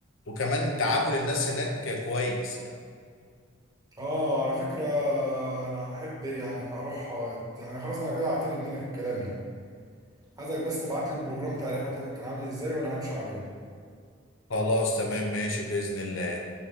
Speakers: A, on the left; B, on the right.
A: وكمان تعامل الناس هناك كويس يعني
B: اه على فكرة انا احب يعني اروح يعني خلاص انا كده هعتمد منك الكلام يعني عايزك بس تبعت لي البروجرام بتاع الرحلة بتاعتك كان عامل ازاي وانا همشي عليه
A: خلاص تمام
B: ماشي.
A: ماشي باذن الله